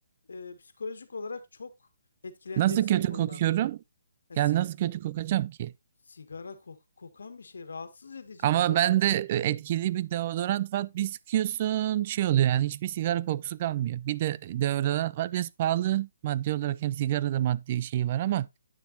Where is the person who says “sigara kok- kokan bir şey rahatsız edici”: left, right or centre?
Left